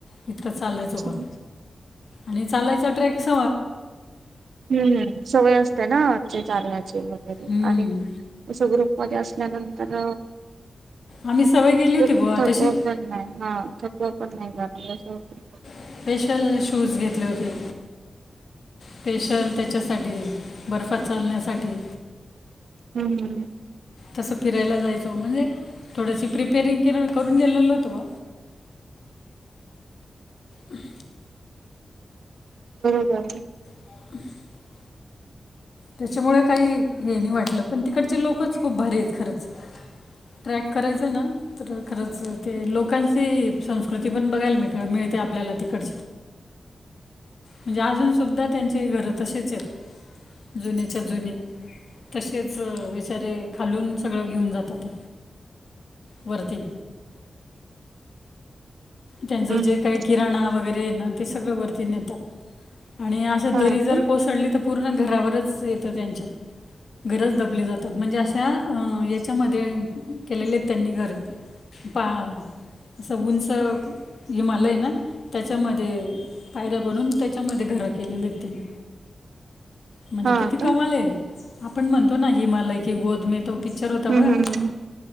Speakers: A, on the left (about 60°); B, on the right (about 80°).
A: इतकं चालायचो पण
B: हम्म
A: आणि चालायचा ट्रॅकस..
B: हम्म हम्म सवय असते ना आ ते चालण्याची वगैरे
A: हम्म,
B: आणि सग्र.. मध्ये असल्यानंतर..
A: आम्ही सवय केली
B: त
A: होती बुवा
B: थकवा
A: तशी
B: पण नाही हा थकवा पण नाही जाणस होत.
A: स्पेशल शूज घेतले होते स्पेशल त्याच्यासाठी बर्फात चालण्यासाठी..
B: हम्म हम्.
A: तसं फिरायला जायचो म्हणजे थोडशी प्रिपेरिंग के करून गेलेल होतो बा.. हम् <inaudible>
B: बरोबर.
A: <inaudible> त्याच्यामुळे काही हे नाही वाटलं पण तिकडचे लोकच खूप भारी आहेत खरंच. ट्रॅक करायच ना तर खरंच ते लोकांची संस्कृती पण बघायल मी मिळते. ते आपल्याला तिकड. म्हणजे अजून सुुद्धा त्यांचे घरं तसेच आहेत जुन्याच्या जुने. तसेच बेचारे खालून सगळं घेऊन जातात.. वर्ती. त्यांचं
B: हम्म
A: जे काही किराणा वगैरे ना ते सगळं वरती नेतात. आणि असं
B: हा
A: दरी जर
B: का
A: कोसळली तर पूर्ण घरावरच येतं त्यांच्या. घरज दबली जातात म्हणजे अशां याच्यामध्ये केलेले आहेत त्यांनी घर.. पा असं उंच हिमालय ना त्याच्यामध्ये.. पायऱ्या बनून त्याच्यामध्ये घर केलेली त्यांनी. म्हणजे
B: हा
A: किती
B: का
A: कमाले आपण म्हणतो ना हिमालय की गोत मे तो.. पिक्चर होता बघा
B: हम्म हम्म हम्